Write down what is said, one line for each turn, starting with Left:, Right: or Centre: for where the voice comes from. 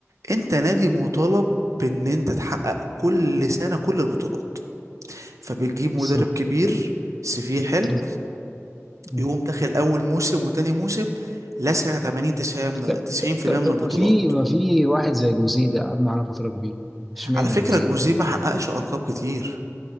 Right: انت نادي مطالب بان انت تحقق كل سنه كل البطولات فبتجيب مدرب
Centre: صح
Right: كبير سي في حلو
Centre: صح مم.
Right: يقوم داخل اول موسم وتاني موسم لسع 80 90
Centre: ط-
Right: 90%
Centre: ط- ط-
Right: من
Centre: طب
Right: البطولات
Centre: ما في ما في واحد زي جوزيه ده قعد معانا فترة كبيرة اشمعنى
Right: على فكرة
Centre: جوزيه
Right: جوزيه ما حققش ألقاب كتير